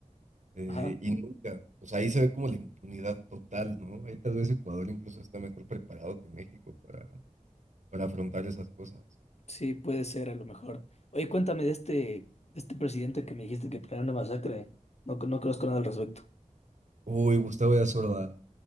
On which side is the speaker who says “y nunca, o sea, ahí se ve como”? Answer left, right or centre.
Right